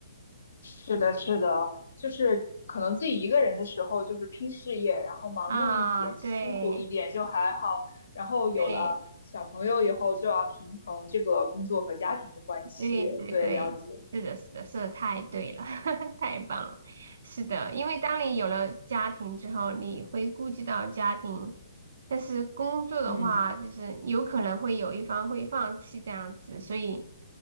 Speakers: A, on the left; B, on the right.
A: 是的，是的，就是可能自己一个人的时候，就是拼事业，然后忙碌一点，
B: 啊，
A: 辛苦一点就还好。
B: 对，
A: 然后有了小朋友以后，
B: 对
A: 就要平衡这个工作和家庭的关系。
B: 对对对，
A: 对，了解。
B: 是的，是的，说的太对了，<laughs> 太棒了。是的，因为当你有了家庭之后，你会顾及到家庭，但是工作的话，
A: 嗯
B: 就是有可能会有一方会放弃这样子，所以